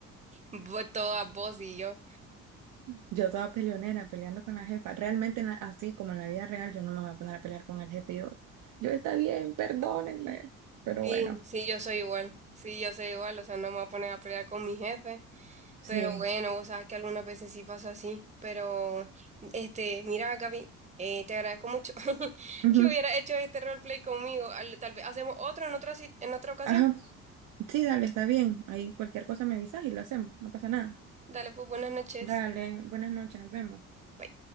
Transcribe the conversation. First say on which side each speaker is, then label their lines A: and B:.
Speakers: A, on the right; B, on the right.
A: Vo- Todas vos y yo.
B: Yo toda peleonera, peleando con la jefa. Realmente en la- así como en la vida real, yo no me voy a poner a pelear con el jefe. Yo, yo está bien, perdónenme. Pero
A: Sí,
B: bueno,
A: sí, yo soy igual. Sí, yo soy igual. O sea, no me voy a poner a pelear con mi jefe.
B: sí.
A: Pero bueno, vos sabes que algunas veces sí pasa así. Pero, este, mira, Gaby, eh, te agradezco mucho <laughs>
B: Ujú.
A: que hubiera hecho este roleplay conmigo. Al- Tal vez hacemos otro en otra, ci- en otra ocasión.
B: Ajá. Sí, dale, está bien. Ahí cualquier cosa me avisas y lo hacemos. No pasa nada.
A: Dale, pues buenas noches.
B: Dale, buenas noches, nos vemos.
A: Bye.